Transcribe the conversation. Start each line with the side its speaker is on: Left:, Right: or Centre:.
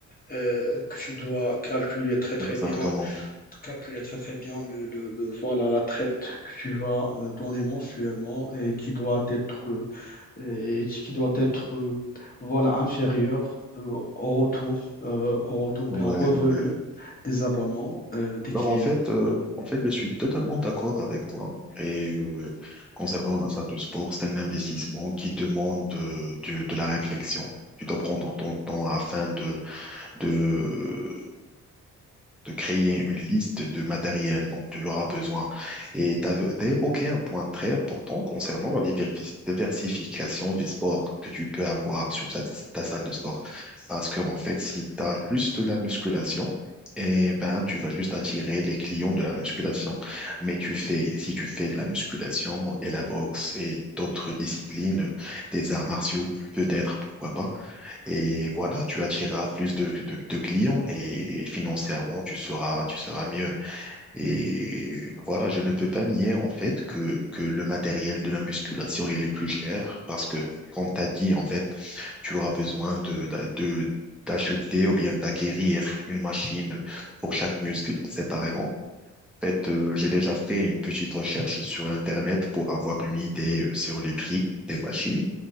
Left: euh, que tu dois calculer très très
Centre: exactement.
Left: bien calculer très très bien le, le- le- voilà, la traite que tu vas euh, donner mensuellement et qui doit être, euh, et qui doit être euh, voilà, inférieure euh, au retour, euh, au retour
Centre: Ouais,
Left: bien au revenu
Centre: ouais.
Left: des abonnements euh, des
Centre: Alors
Left: clients.
Centre: en fait, euh, en fait, je suis totalement d'accord avec toi. Et euh, concernant la salle de sport, c'est un investissement qui demande de, de, de la réflexion. Tu dois prendre ton temps afin de de, de créer une liste de matériel dont tu auras besoin. Et tu as, évoqué un point très important concernant la diversi- diversification des sports que tu peux avoir sur ta, ta salle de sport. Parce que, en fait, si tu as juste la musculation, Et ben, tu vas juste attirer les clients de la musculation. Mais tu fais, si tu fais de la musculation et la boxe et d'autres disciplines, des arts martiaux, peut-être, pourquoi pas, et voilà, tu attireras plus de, de, de clients et financièrement, tu seras, tu seras mieux. Et voilà, je ne peux pas nier en fait que, que le matériel de la musculation il est le plus cher parce que, comme tu as dit, en fait, tu auras besoin de, d'a- de, d'acheter ou bien d'acquérir une machine pour chaque muscle séparément. En fait, euh, j'ai déjà fait une petite recherche sur Internet pour avoir une idée euh, sur les prix des machines.